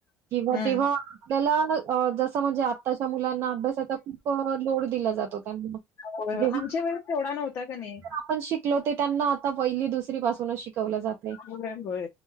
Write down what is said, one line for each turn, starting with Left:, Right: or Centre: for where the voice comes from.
Right: किंवा
Left: हम्म
Right: तेव्हा आपल्याला अ जस मजे आत्ताच्या मुलां अभ्यासाचा खूप लोड दिला जातो त्यांना
Left: होय
Right: जेव
Left: आमच्या वेळेस केवढा नव्हता का नाही
Right: आपण शिकलो ते त्यांना आता पहिली दुस पासूनच शिकवल जातंय
Left: होय होय